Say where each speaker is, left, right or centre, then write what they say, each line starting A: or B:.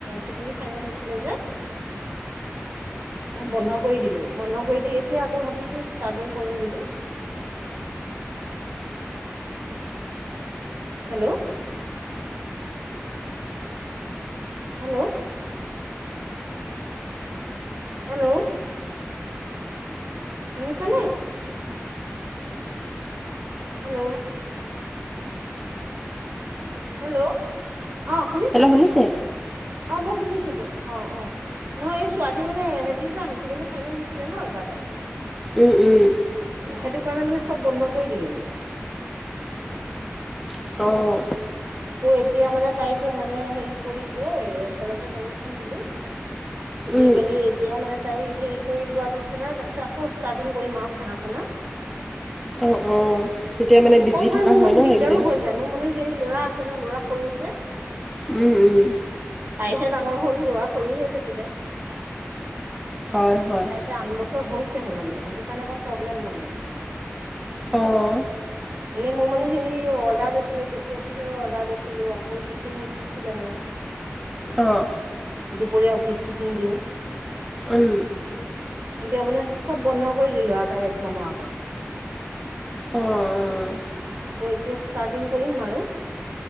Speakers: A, on the right (about 45°); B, in the centre.
A: ছেকেণ্ডে ফাইনেল দিছিলে যে। বন্ধ কৰি দিলো বন্ধ কৰি দি এতিয়া আকৌ ভাবিছো ষ্টাৰ্টিং কৰিম বুলি। হেল্ল', হেল্ল', হেল্ল', শুনিছানে। হেল্ল', হেল্ল' অঁ শুনিছা
B: হেল্ল' শুনিছে
A: অঁ মই শুনিছোঁ তো, অ অ নহয় এই ছোৱালী মানে হেৰি যে হায়াৰ ছেকেণ্ডৰী ফাইনেল দিছিলে ন এবাৰ তাই।
B: উম উম,
A: সেইটো কাৰণে মানে চব বন্ধ কৰি দিলো মানে।
B: অঁ
A: আকৌ এতিয়া মানে তাইকে মানে হেৰি কৰি লৈ কলেজত এডমিশ্যন দিলো। দি
B: অঁ
A: মেলি এতিয়া মানে তাই হেৰি কৰি লোৱাৰ পিছত আৰু তাৰপিছত আকৌ ষ্টাৰ্টিং কৰিম আৰু খানা চানা।
B: অঁ অঁ তেতিয়া মানে
A: অকলশৰে
B: বিজি থকা
A: মোৰ
B: হয়
A: মানে
B: ন
A: দিগদাৰো
B: সেইকেইদিন
A: হৈ যায় মোৰ মানে সেই ল'ৰা আছে ন ল'ৰা সৰু যে,
B: উম উম।
A: তাইহে ডাঙৰ হ'ল ল'ৰা সৰু হৈয়ে থাকিলে।
B: হয় হয়
A: তাইতিয়া আন বছৰ হৈছেহে মানে সেইটো কাৰণে অকণ প্ৰব্লেম মানে।
B: অঁ
A: এনেই মই মানে হেৰি অৰ্ডাৰ লৈছিলোঁ ডি চি অফিচৰ অৰ্ডাৰ লৈছিলোঁ আকৌ টিফিন আছিলে মোৰ। <inaudible>
B: অঁ
A: দুপৰীয়া অফিচ টিফিন দিওঁ।
B: উম
A: এতিয়া মানে চব বন্ধ কৰি দিলো আৰু তাই এক্জামৰ আগত-
B: অঁ অঁ
A: আকৌ এতিয়া ষ্টাৰ্টিং কৰিম আৰু